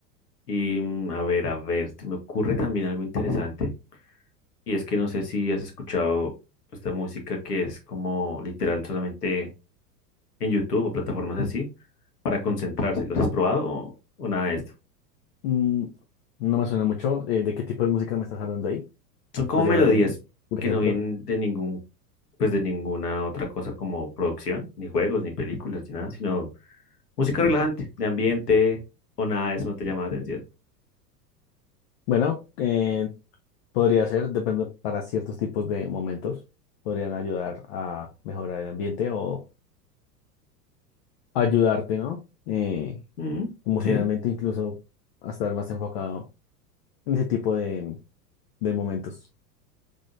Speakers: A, on the left; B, on the left.
A: Y mm, a ver, a ver, se me ocurre también algo interesante. Y es que no sé si has escuchado esta música que es como literal solamente en YouTube o plataformas así para concentrarse. ¿Los has probado o, o nada de esto?
B: Mm, no me suena mucho. eh, ¿de qué tipo de música me estás hablando ahí?
A: Son como
B: ¿Podrías
A: melodías
B: darme un
A: que
B: ejemplo?
A: no vienen de ningún, pues de ninguna otra cosa como producción, ni juegos, ni películas, ni nada, sino música relajante, de ambiente o nada de eso no te llama la atención.
B: Bueno, eh, podría ser, depende para ciertos tipos de momentos podrían ayudar a mejorar el ambiente o ayudarte, ¿no? Eh,
A: Mm,
B: emocionalmente
A: sí.
B: incluso a estar más enfocado en ese tipo de, de momentos.